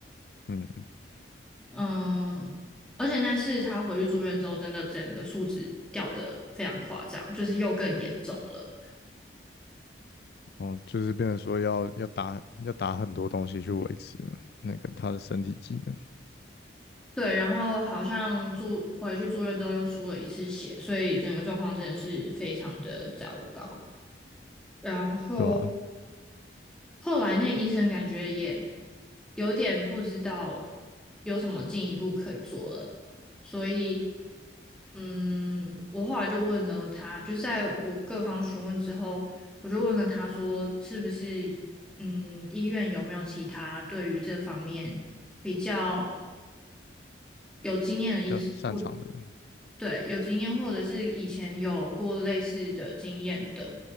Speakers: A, on the left (about 60°); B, in the centre.
A: 嗯，
B: 嗯，而且那次他回去住院之后，真的整个数值掉的非常夸张，就是又更严重了。
A: 哦，就是变成说要要打要打很多东西去维持那个他的身体机能，
B: 对，然后好像住回去住院之后又输了一次血，所以整个状况真的是非常的糟糕。然后
A: 对吧、
B: 后来那医生感觉也有点不知道有什么进一步可以做了，所以嗯，我后来就问了他，就在我各方询问之后，我就问了他说，是不是嗯医院有没有其他对于这方面比较有经验的医生？
A: 要擅长的人，
B: 或。对，有经验或者是以前有过类似的经验的，